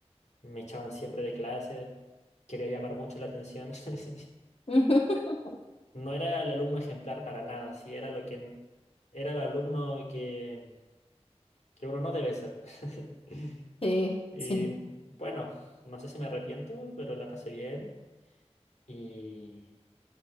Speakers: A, on the left (about 80°); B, on the left (about 55°).
A: me echaban siempre de clase, quería llamar mucho la atención. <laughs>
B: <laughs>
A: No era el alumno ejemplar para nada, sí, era lo que era el alumno que, que uno no debe ser. <laughs>
B: Sí,
A: Y
B: sí.
A: bueno, no sé si me arrepiento, pero la pasé bien y...